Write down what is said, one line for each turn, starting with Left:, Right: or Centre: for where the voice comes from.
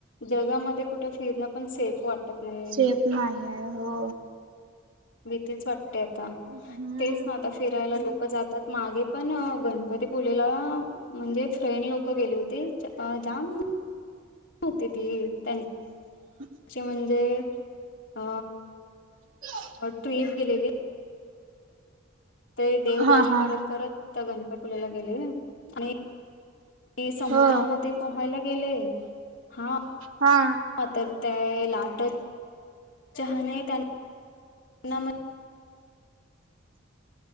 Left: जगामध्ये कुठ फिरणं पण सेफ वाटत नाही.
Right: देत नाही आहे हो.
Left: भीतीच वाटते आता
Right: हम्म
Left: तेच ना आता फिरायला लोक जातात मागे पण गणपतीपुलेला म्हणजे फ्रेंन लोक गेले होते जाम होते ती त्यां
Right: <inaudible>
Left: चे म्हणजे अ
Right: <inaudible>
Left: ट्रीप गेलेली ते देवदर्शन
Right: हा हा
Left: करत करत त्या गणपतपुलेला गेले आणि ते समुद्रामध्ये
Right: हो
Left: पोहायला गेले हा.
Right: हा!
Left: हा तर त्या लाटच चहा ने त्यां हम <unintelligible>